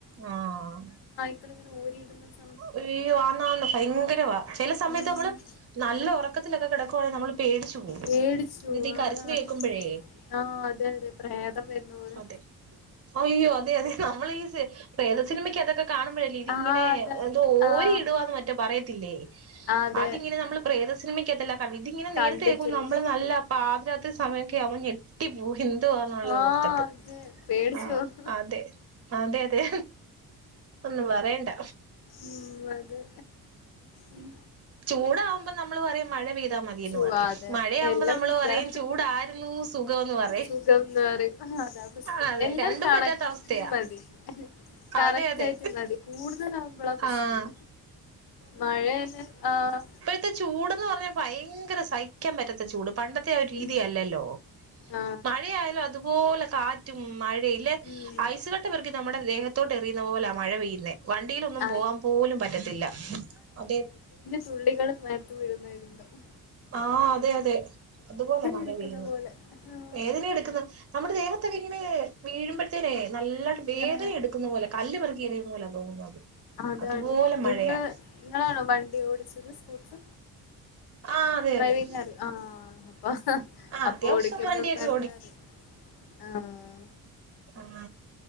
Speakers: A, on the right; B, on the left.
A: ആഹ്
B: ള്ങ്ങെനെ ഓരിട്ന്ന സ്
A: അയ്യോ ആന്നാന്ന് ഭയങ്കരവാ ചെലെ സമെയെത്ത്
B: ഉം
A: നമ്മള് നല്ല ഉറക്കത്തിലൊക്കെ കെടക്കുവാണെ നമ്മള് പേടിച്ചു പോവും
B: പേടിച്ചു
A: ഇതിന്റെ ഈ കരച്ചില്
B: അതാണ്
A: കേക്കുമ്പഴേ
B: ആഹ് അതെ അതെ പ്രേതം വെര്ന്നപോലെ
A: അതെ അയ്യോ അതെ അതെ നമ്മളീ സ് പ്രേത സിനിമക്ക് അതൊക്കെ കാണ്‌മ്പഴല്ലേ ഇതിങ്ങെനെ
B: ആഹ് അതെ
A: എന്തോ ഓരി
B: ആഹ്
A: ഇടുവാന്ന് മറ്റോ പറയത്തില്ലേ
B: അതെ
A: അതിങ്ങെനെ നമ്മള് പ്രേതെ സിനിമെ ക്കാത്തെല്ലാം കണ്ടിട്ട് ഇങ്ങെനെ നേരിട്ട്
B: കണ്ടിട്ടുണ്ട്
A: കേക്കും നമ്മള് നല്ല പാതിരാത്രി സമയൊക്കെയാവുമ്പം ഞെ ട്ടി പോവും എന്തുവാന്നുള്ളെത്
B: ആഹ്
A: ഓർത്തിട്ട്
B: അതെ പേടിച്ചോ
A: ആഹ്
B: ഉം
A: അതെ അതെ അതെ ഒന്നും പറയണ്ട
B: ഉം അതെ ഉം
A: ചൂടാവും മ്പം നമ്മള് പറയും മഴ പെയ്താ മതീയെന്ന്
B: ചുവാതെ
A: പറയും മഴയാവുമ്പം
B: എല്ലാം
A: നമ്മള്
B: കുറ്റാ
A: പറയും ചൂടായ്ര്ന്നൂ സുഖവെന്ന് പറയും
B: സുഖംന്ന് പറയും അതാ പ്രസ്നം
A: ആ അതെ
B: എല്ലാം
A: രണ്ടും
B: കറക്റ്റ്ന്
A: പറ്റാത്ത അവസ്ഥയാ
B: മതി കറക്റ്റായിറ്റ്
A: അതെ അതെ
B: മതി കൂടുതലാവുമ്പളാ പ്രസ്നം
A: ആഹ്
B: മഴെന്നെ ആഹ്
A: ത്തെ ചൂട്ന്ന് പർഞ്ഞാ ഭയെങ്കെര സ് സഹിക്കാം പറ്റാത്ത ചൂട് പണ്ടെത്തെ ആ ഒര് രീതിയല്ലല്ലോ
B: ഉം ആ
A: മഴയായാലും അതുപോലെ കാ റ്റും മഴയില്ലേ
B: ഉം
A: അയ്സുകട്ട പെർക്കി നമ്മടെ ദേഹത്തോട്ട് എറിയുന്ന പോലാ മഴ പെയ്യ്ന്നെ വൻ ണ്ടീലൊന്നും
B: ആ
A: പോവാം പോലും പറ്റത്തില്ല അതെ
B: തുള്ളികളും മേത്ത് വീഴ്ന്നയ്രിണ്ടാവും
A: ആഹ് അതെ അതെ അതുപോലാ മഴ
B: എടുക്കുന്ന
A: പെയ്യ്ന്നത്
B: പോലെ ആ
A: വേദന എടുക്ക്ന്ന് നമ്മെടെ ദേഹത്താെക്കെ ഇങ്ങെനേ വീഴ്മ്പഴ്ത്തേനേ നല്ല വേതന
B: ആ
A: എട്ക്കുന്ന പോലെ കല്ല്പെറ്ക്കി എറിയുന്ന പോലാ തോന്നുന്നത്
B: അതാണ്
A: അതുപോലെ മഴയാ
B: ഇന്ന് ഇ ങ്ങളാണോ വണ്ടി ഓടിച്ചത് സ്കൂട്ട്ർ
A: ആ അതെ
B: ഡ്രൈവിംങ്ങറ്യോ
A: അതെ
B: ആഹ് അപ്പ
A: ആ
B: അപ്പൊ
A: അത്യാവശ്യം
B: ഓടിക്കുമ്പോ
A: വണ്ടിയൊക്കെ
B: നല്ലറിയും ആഹ്
A: ഉം